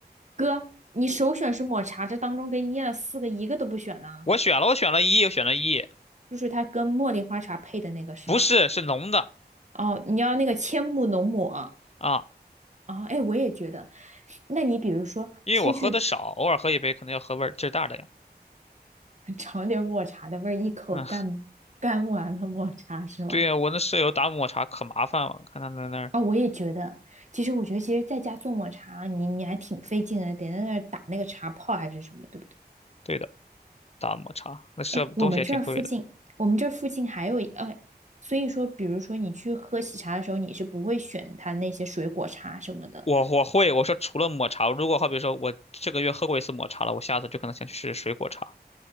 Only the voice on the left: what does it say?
我选了，我选了一，我选了一，
不是是浓的
啊，
因为我喝的少，偶尔喝一杯可能要喝味儿劲儿大的呀。
<laughs> 嗯，对呀，我那舍友打抹茶可麻烦了，看他在那儿，
对的，打抹茶那设备东西也挺贵的。
我我会，我说除了抹茶，如果好比说我这个月喝过一次抹茶了，我下次就可能想去试试水果茶。